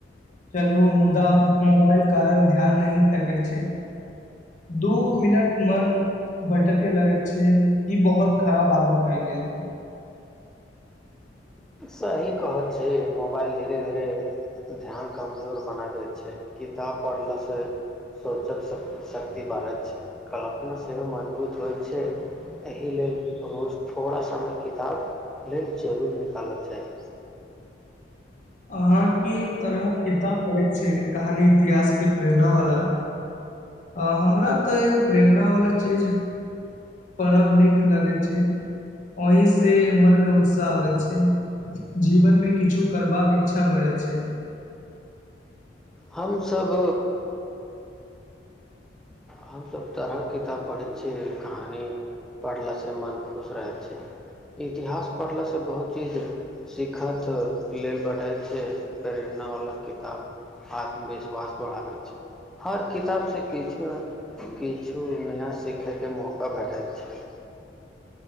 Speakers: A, on the left; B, in the centre.
A: चलू मुदा मोबाइल कारण ध्यान नही टकैत छै दू मिनट मन भटेके लगैत छै ई बहुत खराब आदत भए गेल
B: सही कहैत छी मोबाइल धीरे धीरे ध्यान कमजोर बनाबैत छै किताब पढ़लासँ सोचक शक्ति बढ़ैत छै कल्पना सेहो मजबूत होइत छै एहि लेल रोज थोड़ा समय किताब लेल जरूर निकालत चाहि
A: अहाँ की तरह किताब पढ़ै छी कहानी इतिहास के प्रेरणा वाला आ हमरा तऽ प्रेरण वालला चीज पढ़ब नीक लगै छै ओहिसे मनमे उत्साह आबै छै जीवनमे किछु करबाक इच्छा बढ़ै छै
B: हमसभ हमसभ तरहक किताब पढ़ैत छियै कहानी पढ़लाासँ मन खुश रहैत छै इतिहास पढ़लाासँ बहुत चीज सिखत लेल बैठत छी प्रेरणा वला किताब आत्मविश्वास बढ़ाबैत छै हर किताबसँ किछु किछु नया सीखयके मौका भेटाइत छै